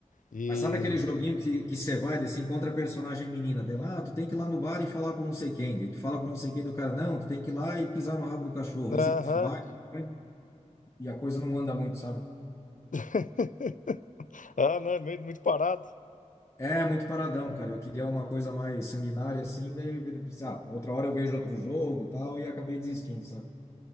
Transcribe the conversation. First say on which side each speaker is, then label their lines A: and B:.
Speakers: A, on the left; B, on the left.
A: E.
B: Mas sabe aquele joguinho que, que você vai, daí você encontra a personagem menina dela, ah, tu tem que ir lá no bar e falar com não sei quem. Daí tu fala com não sei quem do cara, não, tu tem que ir lá e pisar no rabo do cachorro.
A: Aham.
B: Aí você vai, vai, e a coisa não anda muito, sabe?
A: <laughs> Ah, não, é muito, muito parado.
B: É muito paradão, cara. Eu queria uma coisa mais sanguinária assim, daí eu pensei, ah, outra hora eu vejo outro jogo, e tal, e acabei desistindo, sabe?